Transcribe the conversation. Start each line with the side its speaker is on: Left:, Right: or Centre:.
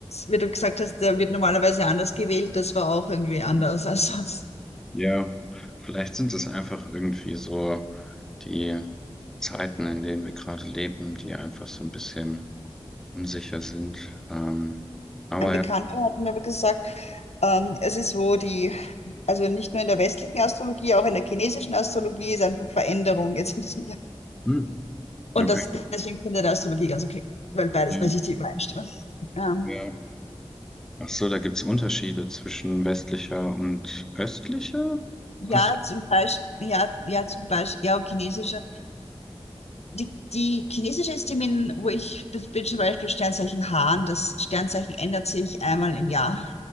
Left: wie du gesagt hast, der wird normalerweise anders gewählt. Das war auch irgendwie anders
Centre: Mhm.
Left: als sonst.
Centre: Ja. Vielleicht sind es einfach irgendwie so die Zeiten, in denen wir gerade leben, die einfach so ein bisschen unsicher sind. Ähm, aber
Left: Ein Bekannter
Centre: ja.
Left: hat mir aber gesagt, ähm, es ist so, die, also nicht nur in der westlichen Astrologie, auch in der chinesischen Astrologie ist einfach Veränderung jetzt in diesem Jahr.
Centre: Hm,
Left: Und
Centre: okay.
Left: das, deswegen finde ich die Astrologie ganz okay, weil beides,
Centre: Ja,
Left: weil sich die übereinstimmen. Ähm,
Centre: ja. Ach so, da gibt's Unterschiede zwischen westlicher und östlicher?
Left: ja,
Centre: Ach so.
Left: zum Beispiel, ja, ja, zum Beispiel, ja, chinesische. Die, die chinesische ist die, mit- wo ich bin, bin zum Beispiel Sternzeichen Hahn. Das Sternzeichen ändert sich einmal im Jahr.